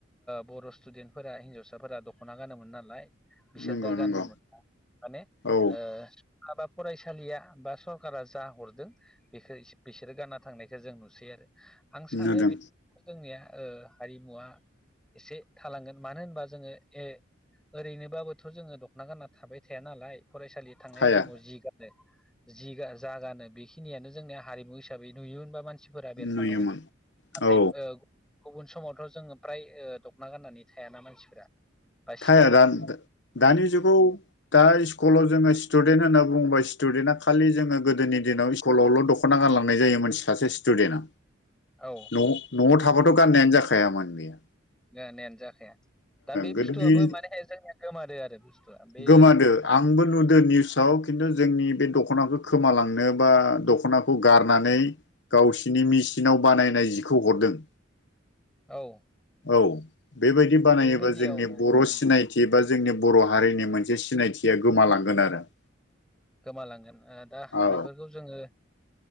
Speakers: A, in the centre; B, on the left.
A: बर' स्टुडेन्टफोरा हिन्जावसाफोरा दख'ना गानोमोन नालाय, बिसोर
B: नंगौ
A: दा गाननोमोनला
B: नंगौ
A: माने
B: औ
A: ओ हाब फरायसालिया बा सरकारा जा हरदों बेखौ बिसोरो गानना थांनायखौ जों नुसै आरो आं सानो
B: नुदों
A: बे जोंनिया ओ हारिमुवा, एसे थालांगोन मानो होनबा जोङो ए, ओरैनोबाबोथ' जोङो दख'ना गानना थाबाय थाया नालाय फरायसालि थांनाय
B: थाया
A: टाइमाव जि गानो। जिगा जागानो बेखिनियानो जोंनिया हारिमु हिसाबै नुयोमोनबा मानसि फोरा बेरखाङोमोन
B: नुयोमोन
A: नाथाय
B: औ
A: ओ गुबुन समावथ' जोङो फ्राय ओ- दख'ना गाननानै थायाना मानसिफोरा, बा सिख्ला
B: थाया
A: गथ'
B: दान दानि जुगाव दा स्कुलाव जोङो स्टुडेन्ट होनना बुंबा स्टुडेन्टआ खालि जोङो गोदोनि दिनाव <unintelligible> दख'ना गानलांनाय जायो मोनसे सासे स्टुडेन्टआ।
A: औ
B: न' न'आव थाबाथ' गाननायानो जाखाया <unintelligible>
A: गानायानो जाखाया दा बे
B: गोदोनि
A: बुस्थु बुस्थु आबो माने जोंनिया गोमारो आरो बुस्थुआ बे
B: गोमादो आंबो नुदो निउसाव खिन्थु जोंनि बे दख'ना खोमालांनो बा दखनाखौ गारनानै गावसिनि मेसिनाव बानायनाय जिखौ हरदों।
A: औ
B: औ बेबायदि बानायोबा
A: बेबायदियाव
B: जोंनि
A: उम
B: बर'
A: उम
B: सिनायथि बा जोंनि बर' हारिनि मोनसे जे सिनायथिया गोमालांगोन आरो
A: गोमालांगोन ओ- दा
B: औ
A: बेफोरखौ जोङो,